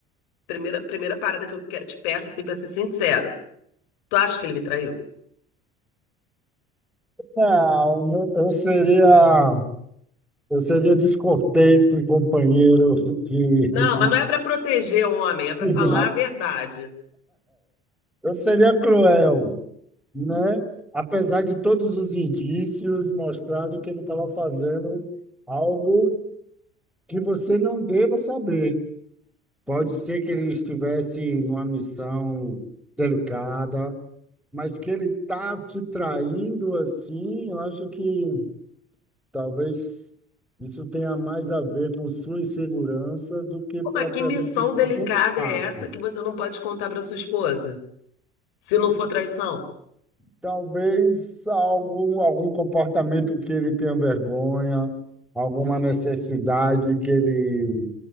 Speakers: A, on the left (about 70°); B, in the centre.
A: primeira, primeira parada que eu que- te peço assim para ser sincero. Tu acha que ele me traiu?
B: Não, eu eu seria, eu seria descortês com o companheiro de, de,
A: Não, mas não é pra proteger o homem, é pra
B: de,
A: falar a verdade.
B: Eu seria cruel, né? Apesar de todos os indícios mostrando que ele estava fazendo algo que você não deva saber. Pode ser que ele estivesse numa missão delicada, mas que ele tá te traindo assim, eu acho que talvez isso tenha mais a ver com sua insegurança do que
A: Ô,
B: propriamente
A: Mas que missão
B: o
A: delicada
B: fato.
A: é essa que você não pode contar pra sua esposa? Se não for traição?
B: Talvez algum, algum comportamento que ele tenha vergonha, alguma necessidade que ele